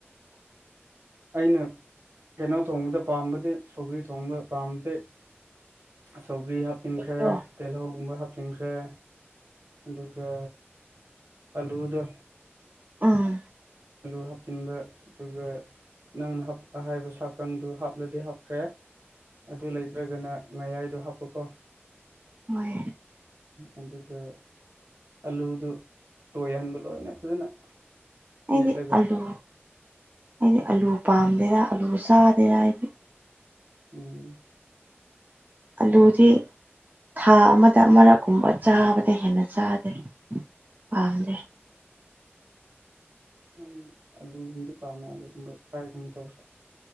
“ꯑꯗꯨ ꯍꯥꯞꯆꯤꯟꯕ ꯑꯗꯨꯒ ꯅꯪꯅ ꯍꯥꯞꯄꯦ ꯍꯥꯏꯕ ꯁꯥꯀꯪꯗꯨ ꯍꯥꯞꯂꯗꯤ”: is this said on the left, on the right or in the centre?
Right